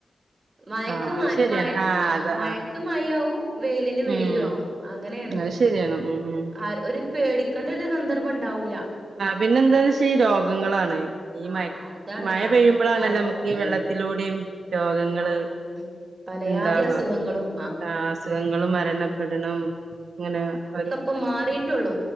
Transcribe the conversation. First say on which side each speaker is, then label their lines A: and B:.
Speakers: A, on the right; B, on the right.
A: മയക്ക്
B: ആഹ്
A: മയ്
B: അത് ശരിയാണ്
A: മയ ആഹ്
B: അതാ
A: മയ ക്ക് മയാവും വെയിലിന് വെയിലു
B: ഉം
A: ആവും അങ്ങനേണ്
B: അത് ശരിയാണ് ഉം ഉം
A: ആര് ഒരു പെ പേടിക്കണ്ടരു സന്ദർഭണ്ടാവൂല.
B: പിന്നെന്താ വിഷയ് രോഗങ്ങളാണ്. ഈ
A: ആഹ്
B: മയ
A: അതാണ്
B: മയ
A: ആ
B: പെയ്യുമ്പളാണല്ലൊ നമ്മക്ക്
A: അസുഖങ്ങള്
B: വെള്ളത്തിലൂടിം രോഗങ്ങള്.
A: ആ അതെ പലയാതി
B: ഇണ്ടാവ
A: അസുഖങ്ങളും
B: ആഹ് അസുഖങ്ങും മരണപ്പെട്ണും ഇങ്ങനെ ഒരു.
A: പ്പ മാറീട്ടൊള്ളു